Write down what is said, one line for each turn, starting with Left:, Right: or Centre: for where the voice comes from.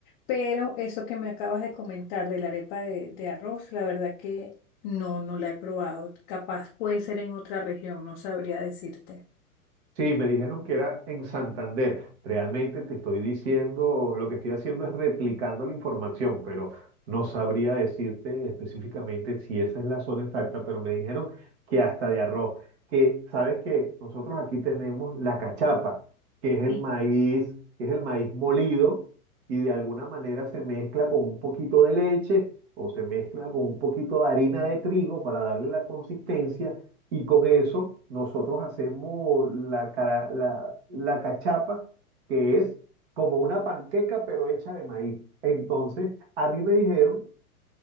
Left: Pero eso que me acabas de comentar de la arepa de, de arroz, la verdad que no, no la he probado. Capaz puede ser en otra región, no sabría decirte.
Right: Sí, me dijeron que era en Santander. Realmente te estoy diciendo, lo que estoy haciendo es replicando la información, pero no sabría decirte específicamente si esa es la zona exacta, pero me dijeron que hasta de arroz, que sabes que nosotros aquí tenemos la cachapa, que es el
Left: Sí.
Right: maíz, que es el maíz molido y de alguna manera se mezcla con un poquito de leche o se mezcla con un poquito de harina de trigo para darle la consistencia y con eso nosotros hacemos la, cara- la, la cachapa, que es como una panqueca, pero hecha de maíz. Entonces, a mí me dijeron,